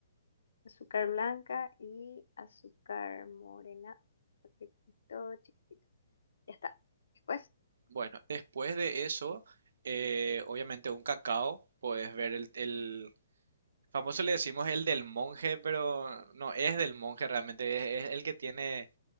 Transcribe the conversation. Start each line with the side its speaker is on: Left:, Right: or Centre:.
Left: Azúcar blanca y azúcar morena. Paquetito chiquitito. Ya está. Después,
Right: Bueno, después de eso, eh, obviamente un cacao, puedes ver el, el- famoso le decimos el del monje, pero no es del monje realmente, es, es el que tiene,